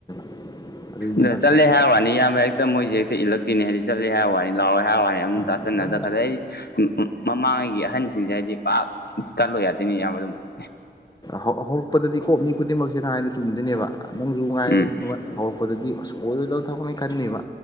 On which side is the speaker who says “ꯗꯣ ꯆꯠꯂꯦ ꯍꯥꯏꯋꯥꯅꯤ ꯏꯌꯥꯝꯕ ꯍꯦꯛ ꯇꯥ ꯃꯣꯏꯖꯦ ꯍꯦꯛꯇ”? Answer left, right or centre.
Left